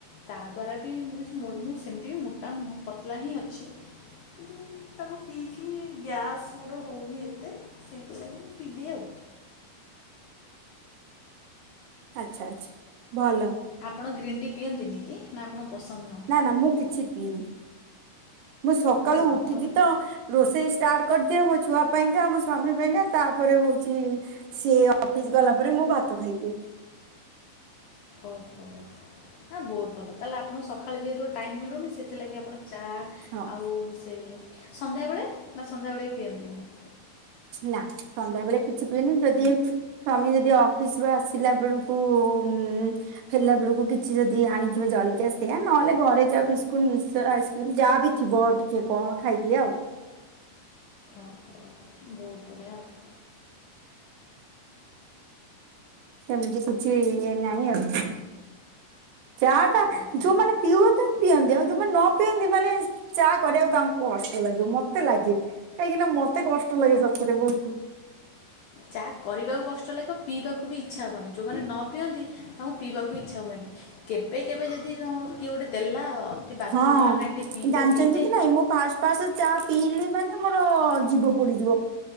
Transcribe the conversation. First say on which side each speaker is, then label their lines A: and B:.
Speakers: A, on the left; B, on the right.
A: ତା ଦ୍ୱାରା ବି ମୁଁ କିଛି <unintelligible> ମୁଁ ସେମିତି ବି ମୋଟା ନୁହଁ ପତଲା ହିଁ ଅଛି। କିନ୍ତୁ ତାକୁ ପିଇକି ଗ୍ୟାସ୍ ମୋର ହୋଉନି ଏତେ। ସେଇଥି ଲାଗି ମୁଁ ପି ଦିଏ ଆଉ।
B: ଆଚ୍ଛା ଆଚ୍ଛା ଭଲ।
A: ଆପଣ ଗ୍ରୀନ୍ ଟି ପିଅନ୍ତିନି କି ନା ଆପଣଙ୍କୁ ପସନ୍ଦ ନୁହଁ?
B: ନା ନା ମୁଁ କିଛି ପିଇନି। ମୁଁ ସକାଳୁ
A: ଓହୋ
B: ଉଠିକି
A: ଆପଣ
B: ତ ରୋଷେଇ ଷ୍ଟାର୍ଟ କରିଦିଅ ମୋ ଛୁଆ ପାଇଁକା ମୋ ସ୍ୱାମୀ ପାଇଁକା ତାପରେ ହୋଉଛି ସିଏ ଅ ଫିସ୍ ଗଲା ପରେ ମୁଁ ଭାତ ଖାଇଦିଏ।
A: ଓହୋ। ହାଁ ବୋହୁତ ଭଲ ତାହେଲେ ଆପଣ ସକାଳେ ଯେହେତୁ ଟାଇମ୍ ମିଳୁନି ସେଥିଲାଗି ଆପଣ ଚା
B: ହଁ
A: ଆଉ ସେ ସନ୍ଧ୍ୟାବେଳେ ନା ସନ୍ଧ୍ୟା ବେଳେ ବି ପିଅନ୍ତିନି?
B: ନା ସନ୍ଧ୍ୟା ବେଳେ କିଛି ପିଏନି ଯଦି ଏଇ ସ୍ଵାମୀ ଯଦି ଅଫିସ୍ ରୁ ଆସିଲା ବେଳକୁ ଉଁ ଫେରିଲା ବେଳକୁ କିଛି ଯଦି ଆଣିଥିବ ଜଳିକିଆ ସେୟଆ ନହେଲେ ଘରେ ଯା ବିସ୍କୁଟ ମିକ୍ସଚର ଆଇସ୍କ୍ରିମ ଯାହାବି ଥିବ ଟିକେ କଣ ଖାଇ ଦିଏ ଆଉ।
A: ଓଁ ହୋ ବୋହୁତ ବଢ଼ିଆ ଆଉ।
B: ସେମିତି କିଛି ଇଏ ନାହିଁ ଆଉ ଚାହା ଟା
A: ଆଉ ଓହୋ
B: ଯୋଉମାନେ ପିଉ <unintelligible> ପିଅନ୍ତି ଆଉ ଯୋଉମାନେ ନ ପିଅନ୍ତି ମାନେ ଚା କରିବାକୁ ତାଙ୍କୁ କଷ୍ଟ ଲାଗିବ। ମତେ ଲାଗେ। କାହିଁକି ନା ମତେ କଷ୍ଟ ଲାଗେ ସତରେ ବୋହୁତୁ।
A: ଚା କରିବାକୁ କଷ୍ଟ ଲାଗିବ। ପିଇବାକୁ ବି ଇଚ୍ଛା ହବନି। ଯୋଉମାନେ ନ ପିଅନ୍ତି ତାଙ୍କୁ ପିଇବାକୁ ଇଚ୍ଛା ହୁଏନି। କେବେ କେବେ ଯଦି ଧର କିଏ ଗୋଟେ ଦେଲା ଅତି ବାଧ୍ୟ
B: ହଁ
A: କଲା ନାଇଁ ଟିକେ ପିଇଦେ
B: ଜାଣିଛନ୍ତି
A: ପିଇଦେ
B: କି ନାଇଁ ମୁଁ ଫାଷ୍ଟ ଫାଷ୍ଟ ଚା ପିଇଲେ ମାନେ ମୋର ଜିଭ ପୋଡି଼ଯିବ।